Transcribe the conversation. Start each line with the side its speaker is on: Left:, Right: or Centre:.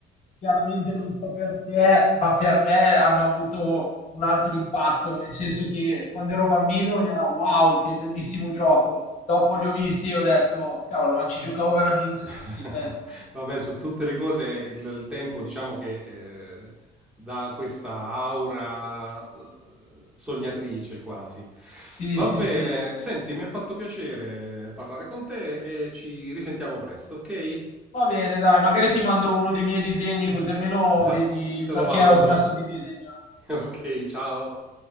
Left: chiaramente non so perché, ma per me hanno avuto un altro impatto, nel senso che quando ero bambino era: "Wow, che bellissimo gioco". Dopo li ho visti e ho detto: "Cavolo, ma ci giocavo veramente a
Centre: <laughs>
Left: 'sta schifezza".
Centre: Vabbè, su tutte le cose il, il tempo diciamo che eh, dà questa aura eh, sognatrice quasi.
Left: Sì,
Centre: Va
Left: sì,
Centre: bene,
Left: sì.
Centre: senti, mi ha fatto piacere parlare con te e ci risentiamo presto, ok?
Left: Va bene dai, magari ti mando uno dei miei disegni, così almeno
Centre: <laughs>
Left: vedi il
Centre: Te
Left: perché
Centre: lo valuto.
Left: ho smesso
Centre: <laughs>
Left: di disegnare.
Centre: Ok, ciao.